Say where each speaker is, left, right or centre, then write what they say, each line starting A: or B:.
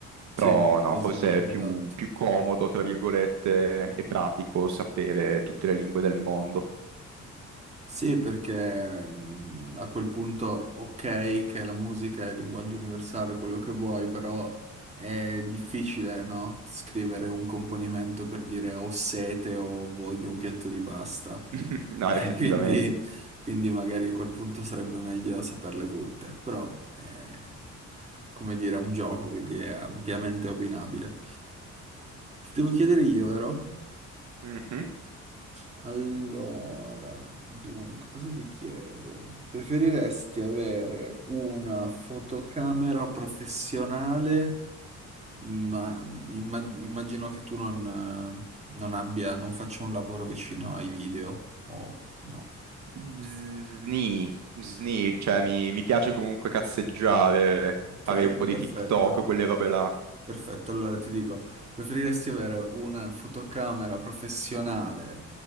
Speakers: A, on the right (about 20°); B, on the right (about 65°).
A: Sì,
B: Però no,
A: sì,
B: forse
A: sì, esatto.
B: è più, più comodo, tra virgolette, e pratico sapere tutte le lingue del mondo.
A: Sì, perché mm, a quel punto, ok, che la musica è il linguaggio universale, quello che vuoi, però è difficile, no? Scrivere un componimento per dire ho sete o voglio un piatto di pasta. <laughs>
B: <laughs> No, effettivamente.
A: E quindi, quindi magari a quel punto sarebbe meglio saperle tutte. Però è, come dire, è un gioco, quindi è ampiamente opinabile. Ti devo chiedere io, vero?
B: Mhm.
A: Allora, dunque, cosa ti chiedo? Preferiresti avere una fotocamera professionale, ma imma- immagino che tu non, eh, non abbia, non faccia un lavoro vicino ai video, o no?
B: Sni, sni, cioè mi, mi piace comunque cazzeggiare,
A: Ok,
B: fare un
A: ok,
B: po'
A: perfetto.
B: di TikTok, quelle robe là.
A: Perfetto, allora ti dico, preferiresti avere una fotocamera professionale,